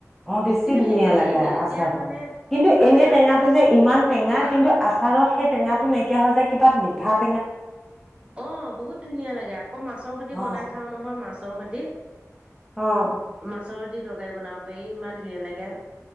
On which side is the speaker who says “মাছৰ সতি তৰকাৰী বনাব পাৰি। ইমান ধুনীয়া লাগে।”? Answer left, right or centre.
Right